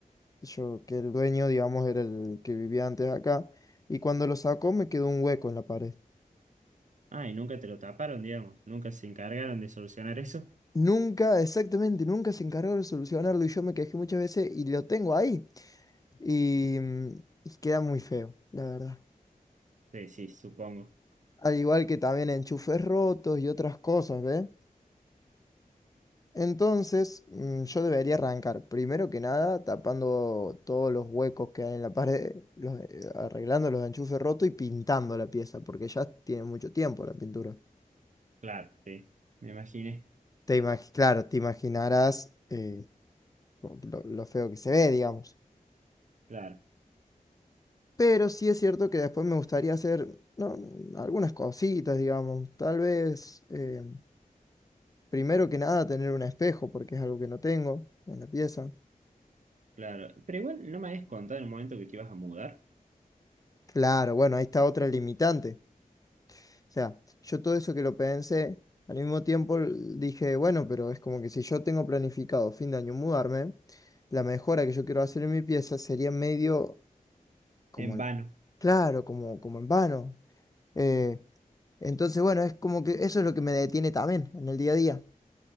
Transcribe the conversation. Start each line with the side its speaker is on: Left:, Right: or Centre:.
Left: yo, que el dueño, digamos, era el que vivía antes acá, y cuando lo sacó me quedó un hueco en la pared.
Right: Ah, y nunca te lo taparon, digamos. Nunca se encargaron de solucionar eso.
Left: Nunca, exactamente, nunca se encargó de solucionarlo y yo me quejé muchas veces y lo tengo ahí. Y, mm, y queda muy feo, la verdad.
Right: Sí, sí, supongo.
Left: Al igual que también enchufes rotos y otras cosas, ¿ves? Entonces, mm, yo debería arrancar, primero que nada, tapando todos los huecos que hay en la pared, los- eh, arreglando los enchufes rotos y pintando la pieza, porque ya tiene mucho tiempo la pintura.
Right: Claro, sí. Me imaginé.
Left: Te imag- claro, te imaginarás eh, lo, lo feo que se ve, digamos.
Right: Claro,
Left: Pero sí es cierto que después me gustaría hacer no, algunas cositas, digamos. Tal vez, eh, primero que nada, tener un espejo, porque es algo que no tengo en la pieza.
Right: claro. Pero igual no me habías contado en el momento que te ibas a mudar.
Left: Claro, bueno, ahí está otra limitante. O sea, yo todo eso que lo pensé, al mismo tiempo l- dije, bueno, pero es como que si yo tengo planificado fin de año mudarme, la mejora que yo quiero hacer en mi pieza sería medio como
Right: En
Left: el-
Right: vano.
Left: claro, como, como en vano. Eh, entonces, bueno, es como que eso es lo que me detiene también en el día a día.